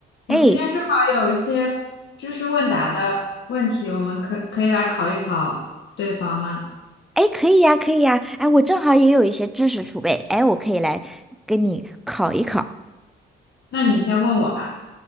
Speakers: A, on the left; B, in the centre.
A: 我今天正好有一些知识问答的问题，
B: 哎
A: 我们可可以来考一考对方吗？
B: 哎，可以呀，可以呀，哎，我正好也有一些知识储备，哎，我可以来跟你考一考。
A: 那你先问我吧，